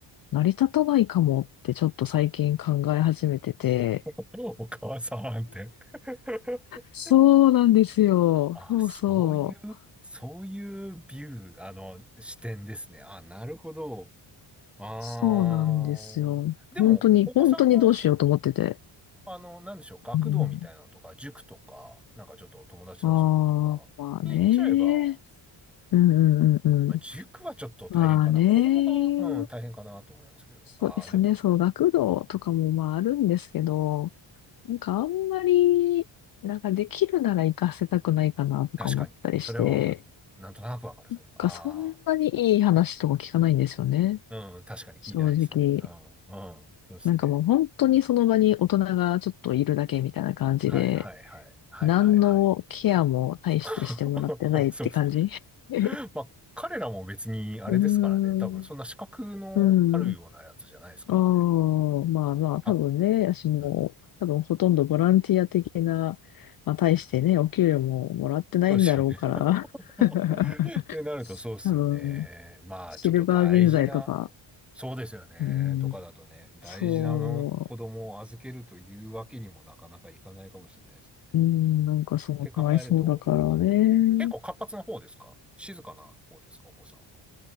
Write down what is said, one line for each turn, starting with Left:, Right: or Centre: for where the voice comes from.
Left: 成り立たないかもってちょっと最近考え始めてて、
Centre: <laughs> お母さんって。<laughs>
Left: そうなんですよ。
Centre: あ、
Left: そうそう。
Centre: そういう、そういうビュー、あの、視点ですね。あ、なるほど。あー。
Left: そうなんですよ。
Centre: でも、
Left: 本当に、
Centre: お子さんが、
Left: 本当にどうしようと思ってて。
Centre: あの、なんでしょう、学童みたいなのとか、
Left: うん、
Centre: 塾とか、なんかちょっと友達と遊ぶとか、
Left: ああ、まあね。
Centre: に行っちゃえば、
Left: うんうんうんうん。
Centre: まあ、塾はちょっと大変かな。
Left: まあね。
Centre: 子供が、うん、大変かなと思うんですけど。
Left: そうですね。
Centre: ああ、でも、
Left: そう、学童とかもまああるんですけど、なんかあんまり、なんかできるなら行かせたくないかなとか思ったりして、
Centre: 確かに。それはわかる。なんとなくわかる、それは。
Left: なんかそんなにいい話とか聞かないんですよね。
Centre: ああ、うん、確かに聞いてないですね。
Left: 正直。
Centre: うん、うん、そうですね。
Left: なんかもう本当にその場に大人がちょっといるだけみたいな感じで、
Centre: はい、はい、はい、はい、
Left: 何のケアも大してしてもらってないって感じ
Centre: はい、はい。<laughs> そうですね。
Left: <laughs> う
Centre: まあ、彼らも別にあれですからね。
Left: ーん、
Centre: 多分、そんな資格のあるようなやつじゃないですからね。
Left: うん。ああ、まあまあ、
Centre: 多分。
Left: 多分ね、私も、
Centre: うん。
Left: 多分ほとんどボランティア的な、まあ、大してね、お給料ももらってないんだろうから、
Centre: そうですよね。<laughs>
Left: <laughs>
Centre: ってなるとそうですよね。
Left: 多分、
Centre: まあ、
Left: シルバー人材とか、
Centre: ちょっと大事な、そうですよね。
Left: うん、
Centre: とかだとね、大事な
Left: そ
Centre: 子供を預けるというわけにもなかなかいかないかもしれないですね。っ
Left: う、うん、なんかそう、
Centre: て考えると、
Left: かわいそうだからね。
Centre: そう。結構活発な方ですか静かな方ですかお子さんは。